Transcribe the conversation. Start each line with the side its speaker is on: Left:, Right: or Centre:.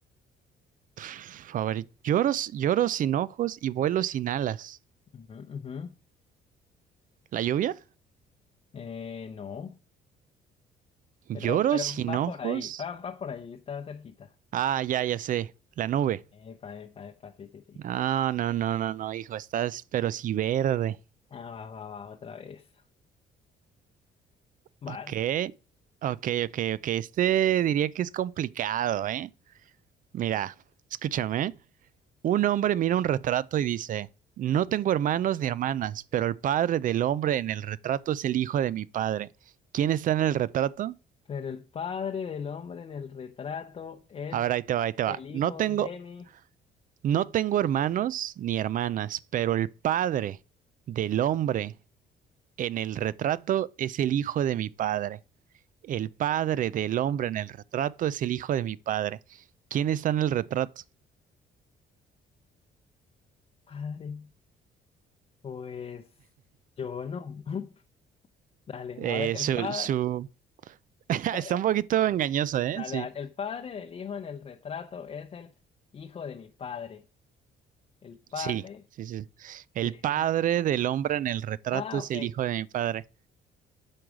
Right: pf, a ver, lloro, lloro sin ojos y vuelo sin alas.
Left: ujú, ujú.
Right: ¿La lluvia?
Left: Eh, no,
Right: ¿Lloro
Left: pero, pero
Right: sin
Left: va
Right: ojos?
Left: por ahí. Va, va por ahí, está cerquita.
Right: Ah, ya, ya sé. La nube.
Left: Epa, epa, epa, sí, sí, sí.
Right: No, no, no, no, no, hijo, estás pero sí verde.
Left: Ah, va, va, va, otra vez. Vas.
Right: Ok, ok, ok, ok. Este diría que es complicado, ¿eh? Mira, escúchame. ¿eh? Un hombre mira un retrato y dice, no tengo hermanos ni hermanas, pero el padre del hombre en el retrato es el hijo de mi padre. ¿Quién está en el retrato?
Left: Pero el padre del hombre en el retrato es
Right: A ver, ahí te va, ahí te va.
Left: el hijo
Right: No tengo,
Left: de mi
Right: no tengo hermanos ni hermanas, pero el padre del hombre en el retrato es el hijo de mi padre. El padre del hombre en el retrato es el hijo de mi padre. ¿Quién está en el retrato?
Left: padre. Pues yo no. <laughs> Dale,
Right: Eh,
Left: a ver, el
Right: su,
Left: padre,
Right: su... <laughs>
Left: dale,
Right: Está un poquito engañoso, ¿eh?
Left: dale,
Right: Sí.
Left: el padre del hijo en el retrato es el hijo de mi padre. El padre
Right: Sí, sí, sí. El
Left: del
Right: padre
Left: hijo.
Right: del hombre en el retrato
Left: Ah,
Right: es
Left: ok.
Right: el hijo de mi padre.